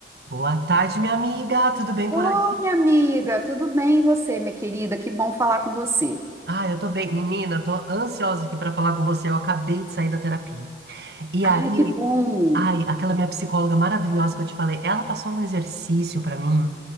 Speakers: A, on the right (about 65°); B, on the right (about 15°).
A: Boa tarde, minha amiga. Tudo bem
B: Ô,
A: por aí?
B: minha amiga, tudo bem e você, minha querida? Que bom falar com você.
A: Ah, eu tô bem. Menina, tô ansiosa aqui pra falar com você. Eu acabei de sair da terapia. E
B: Ai,
A: aí,
B: que bom.
A: ai, aquela minha psicóloga maravilhosa que eu te falei, ela passou um exercício pra mim